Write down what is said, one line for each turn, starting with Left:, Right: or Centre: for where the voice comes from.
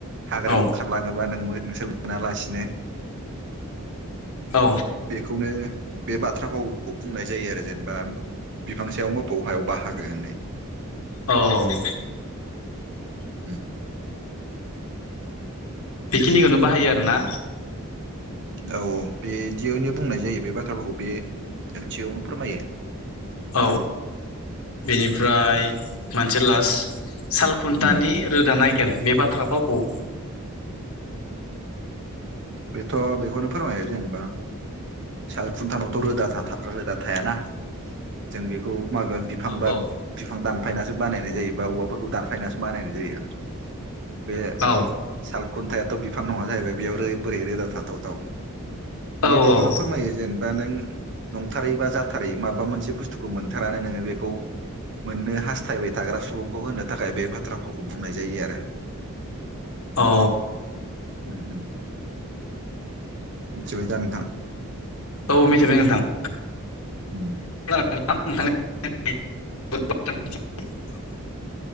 Right: हाग्रायाव
Left: औ
Right: खारलाङोबा नों नोंसोर मोनालासिनो
Left: औ
Right: बेखौनो बे बाथ्राफाव खौ बुंनाय जायो आरो जेनेबा बिफां सायाव मोफौ हायाव बाहागो होननाय।
Left: औ।
Right: <unintelligible>
Left: बेखिनिखौनो बाहायो आरोना?
Right: औ औ बिदियैनो बुंनाय जायो बे बाथ्राफोरखौ बे ओंथियावनो फोरमायो।
Left: औ बेनिफ्राय मोनसे लास्ट सालखुन्थानि
Right: उम
Left: रोदा नायगिर बे बाथ्रा फावखौ
Right: बेथ' बेखौनो फोरमायो जेनेबा साल खुन्थानावथ' रोदा रोदा <unintelligible> थायाना जों बेखौ मागोन बिफां
Left: औ
Right: बा
Left: औ
Right: बिफां दानफायना बानाइनाय जायो बा औवाफोरखौ दानफाइनानैसो बानाइनाय जायो बे
Left: औ
Right: साल खुन्थायाथ' बिफां नङा जाहैबाय बेयाव बोरै रोदा थाथावथाव बेयो
Left: औ
Right: खौनो फोरमायो जेनेबा नों नंथारै बा जाथारै माबा मोनसे बुस्थुखौ मोनथारानो नोङो बेखौ मोननो हास्थायबाय थाग्रा सुबुंखौ होनो थाखाय बे बाथ्रा फावखौ बुंनाय जायो आरो।
Left: औ।
Right: ओम मिथिबाय दा नोंथां?
Left: औ मिथिबाय नोंथां।
Right: उम।
Left: <unintelligible>